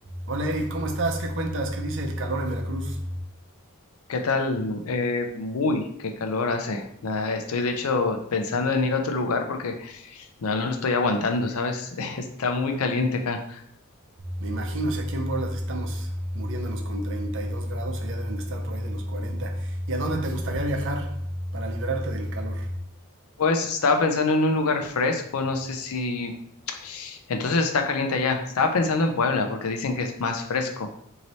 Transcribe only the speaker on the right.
Hola Eric, ¿cómo estás? ¿Qué cuentas? ¿Qué dice el calor en Veracruz?
Me imagino si aquí en Puebla estamos muriéndonos con 32 grados, allá deben de estar por ahí de los 40. ¿Y a dónde te gustaría viajar para liberarte del calor?